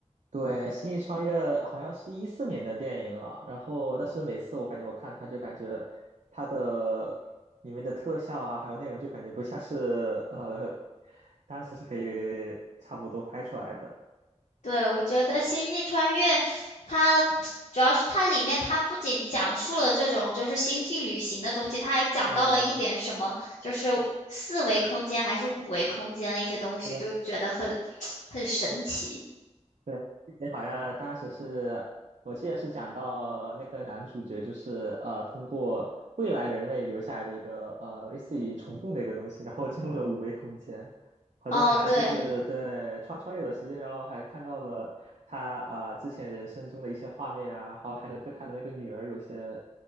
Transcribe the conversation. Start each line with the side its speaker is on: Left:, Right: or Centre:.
Right: 对，《星际穿越》好像是一四年的电影了。然后，但是每次我感觉我看它就感觉它的里面的特效啊，还有内容就感觉不像是呃 <laughs> 当时是可以差不多拍出来的。
Left: 对，我觉得《星际穿越》它主要是它里面它不仅讲述了这种就是星际旅行的东西，它还讲到了一点什么，
Right: 对，
Left: 就是四维空间还是五维空间的一些东西，
Right: 对
Left: 就觉得很 <tsk> 很神奇。
Right: 对，这边好像当时是，我记得是讲到那个男主角就是呃，通过未来人类留下来的一个呃，类似于虫洞的一个东西，然后进入了五维空间，好像还就是
Left: 哦，对
Right: <laughs> 对穿穿越了时间，然后还看到了他啊、呃之前人生中的一些画面啊，还有还能跟他的那个女儿有些